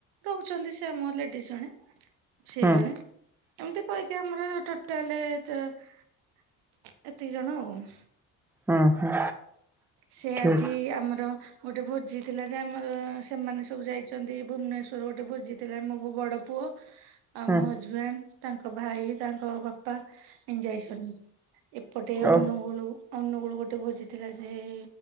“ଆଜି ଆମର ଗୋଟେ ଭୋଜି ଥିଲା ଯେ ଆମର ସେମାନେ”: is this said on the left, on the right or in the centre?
Right